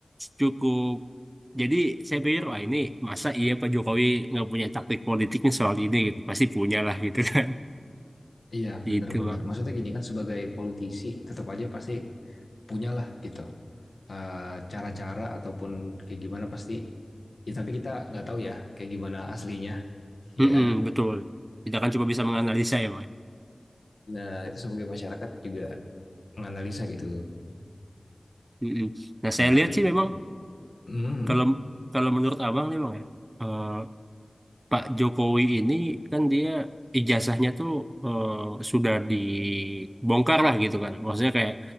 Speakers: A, on the right; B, on the left.
A: cukup jadi saya pikir wah ini masa iya Pak Jokowi nggak punya taktik politiknya soal ini gitu pasti punya lah gitu kan <laughs>
B: Iya
A: gitu
B: bener-bener,
A: bang
B: maksudnya gini kan sebagai politisi tetap aja pasti punyalah gitu. eh, Cara-cara ataupun kayak gimana pasti Ya, tapi kita nggak tahu ya kayak gimana aslinya, ya
A: Mm-mm,
B: kan?
A: betul tidak kan cuma bisa menganalisa ya bang ya.
B: Nah, itu sebagai masyarakat juga menganalisa gitu.
A: Mm-mm. Nah, saya
B: Nah, tapi,
A: lihat sih memang
B: hmm,
A: kalau kalau menurut abang nih bang ya, eh, Pak Jokowi ini kan dia ijazahnya tuh eh, sudah dibongkar lah gitu kan. Maksudnya kayak